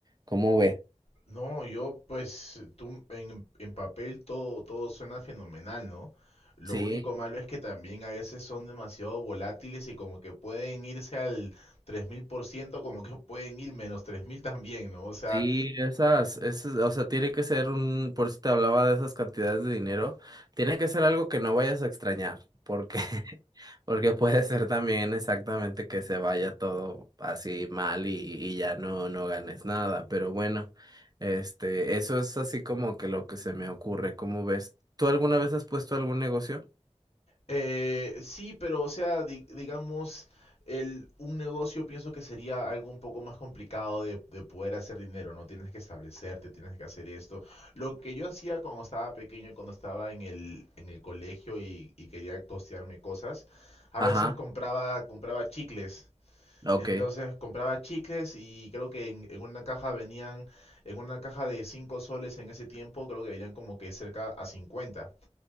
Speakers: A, on the right; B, on the left.
A: ¿Cómo ves?
B: No, yo pues tú en, en papel todo, todo suena fenomenal, ¿no? Lo
A: Sí,
B: único malo es que también a veces son demasiado volátiles y como que pueden irse al 3000% como que pueden ir menos 3000 también, ¿no? O sea,
A: sí, esas, esas, o sea, tiene que ser un, por eso te hablaba de esas cantidades de dinero, tiene que ser algo que no vayas a extrañar, porque, <laughs> porque puede ser también exactamente que se vaya todo así mal y, y ya no, no ganes nada, pero bueno, este, eso es así como que lo que se me ocurre, ¿cómo ves? ¿Tú alguna vez has puesto algún negocio?
B: Eh, sí, pero o sea, di- digamos, el, un negocio pienso que sería algo un poco más complicado de, de poder hacer dinero, ¿no? Tienes que establecerte, tienes que hacer esto. Lo que yo hacía cuando estaba pequeño, cuando estaba en el, en el colegio y, y quería costearme cosas, a
A: Ajá,
B: veces compraba, compraba chicles.
A: ok,
B: Entonces compraba chicles y creo que en, en una caja venían, en una caja de 5 soles en ese tiempo, creo que venían como que cerca a 50